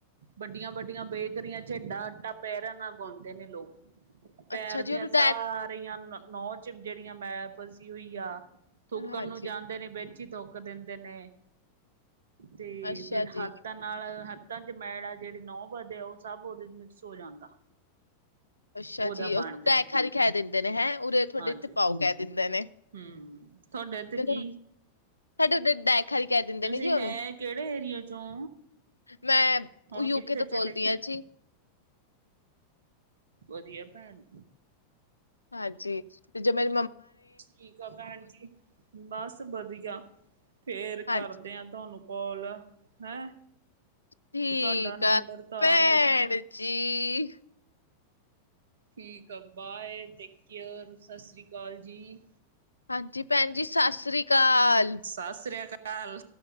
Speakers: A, on the right (about 60°); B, on the left (about 80°).
A: ਵੱਡੀਆਂ ਵੱਡੀਆਂ ਬੈਕਰੀਆਂ ਚ ਆਟਾ ਪੈਰਾਂ ਨਾਲ। ਉ ਗਾਉਂਦੇ ਨੇ ਲੋਕ ਪੈਰ
B: ਅੱਛਾ ਜੀ
A: ਦੀਆਂ
B: ਉਹਨੂੰ
A: ਸਾਰੀਆਂ
B: ਡੈ
A: ਨੂੰ ਚ ਜਿਹੜੀਆਂ ਮੇਲ ਸੀ ਹੋਈ ਆ ਥੁੱਕਣ
B: ਹਾਂਜੀ
A: ਨੂੰ ਜਾਂਦੇ ਨੇ ਤੋੱਕ ਦਿੰਦੇ ਨੇ ਤੇ
B: ਅੱਛਾ
A: ਫੇਿਰ
B: ਜੀ
A: ਹੱਥਾਂ ਨਾਲ ਹੱਥਾਂ ਮੈਲ ਜਿਹੜੀ ਨਹ ਵਧ ਆ ਉਹ ਸਭ ਉਹਦੇ ਚ ਮਿਕਸ ਹੋ ਜਾਂਦਾ
B: ਅੱਛਾ
A: ਉਹਦਾ
B: ਜੀ
A: ਬਣ
B: ਉਹੂੰ
A: ਜਾ
B: ਟੈ ਹਾਰੀ ਖਹਿ ਦਿੰਦੇ ਨੇ ਹੈਂ ਉਰੇ ਤੁਹਾਡੇ
A: ਹਾਂਜੀ
B: ਇੱਥੇ ਪਾਓ ਕਹਿ ਦਿੰਦੇ ਨੇ
A: ਹਮ ਤੁਹਾਡੇ ਤੇ
B: ਚਲੋ
A: ਕੀ
B: ਸਾਡੇ ਉਰੇ ਡੈ ਖਾਰੀ ਕਹਿ ਦਿੰਦੇ
A: ਤੁਸੀਂ
B: ਨੇ ਜੀ ਉਹਨੂੰ
A: ਹੈ ਕਿਹੜੇ ਏਰੀਏ ਚੋਂ
B: ਮੈਂ
A: ਹੁਣ
B: ਯੂਕੇ
A: ਕਿੱਥੇ
B: ਤੋਂ
A: ਚਲੇ
B: ਬੋਲਦੀ
A: ਗਏ
B: ਹਾਂ ਜੀ
A: ਵਧੀਆ ਭੈਣ,,,,
B: ਹਾਂਜੀ ਤੇ ਜੋ ਮੇ
A: ਠੀਕ ਆ ਭੈਣ ਜੀ ਬਸ ਵਧੀਆ ਫੇਰ
B: ਹਾਂਜੀ
A: ਕਰਦੇ ਆ ਤੁਹਾਨੂੰ ਕੋਲ ਹੈਂ
B: ਠੀਕ
A: ਤੁਹਾਡਾ ਨੰਬਰ
B: ਆ
A: ਤਾਂ
B: ਭੈਣ
A: ਆ ਗਿਆ
B: ਜੀ
A: ਠੀਕ ਆ bye take care Sat Sri ਅਕਾਲ ਜੀ
B: ਹਾਂਜੀ ਭੈਣ ਜੀ ਸਤਿ ਅਕਾਲ।
A: ਸਤਿ ਸ੍ਰੀ ਅਕਾਲ